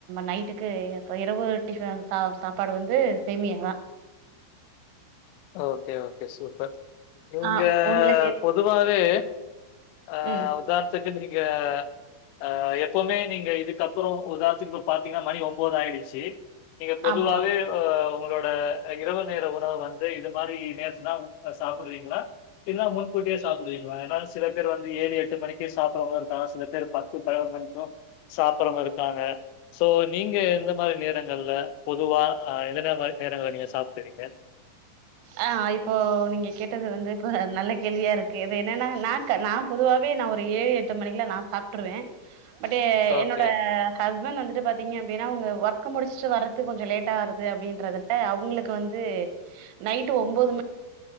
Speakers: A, on the right; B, on the left.
A: நைட்டுக்கு இப்போ இரவு டிஃபன் சா சாப்பாடு வந்து சேமியா தா
B: ஓகே ஓகே சூப்பர் இங்க
A: ஆ உங்களுக்கு
B: பொதுவாவே ஆ
A: ம்
B: உதாரணத்துக்கு நீங்க அ எப்பவுமே நீங்க இதுக்கப்புறோ உதாரணத்துக் இப்ப பாத்தீங்னா மணி ஒம்போது ஆயிடுச்சு நீங்க பொதுவாவே
A: ஆமா
B: அ உங்களோட இரவு நேர உணவு வந் து இது மாரி நேர்ச்சினா சாப்டுவீங்களா இல்ல முன்கூட்டியே சாப்டுவீங்களா ஏனா சில பேர் வந்து ஏழு எட்டு மணிக்கே சாப்பட்றவங்களு இருக்காங்க சில பேர் பத் த்து பதினொரு மணிக்கு சாப்பட்றவங்க இருக்காங்க சோ நீங்க எந்த மாரி நேரங்கள்ல பொதுவா ஆ என்னன்ன மாரி நேரங்கள்ல நீங்க சாப்டுவீங்க
A: ஆ இப்போ நீங்க கேட்டது வந்து இப்ப நல்ல கேள்வியா இருக் கு இது என்னன்ன நா க நா பொதுவாவே நா ஒரு ஏழு எட்டு மணிக்கல்லா நா சாப் விட்ருவே பட்டு
B: ஓகே.
A: என்னோட ஹஸ்பண்ட் வந்துட்டு பாத்தீங்க அப்டினா அவங்க ஒர்க்கு முடிச்சுட் வரதுக் கொஞ்சோ லேட்டாகருது அப்டின்றதுல அவுங்குளுக் வந்து நைட்டு ஒம்போது ம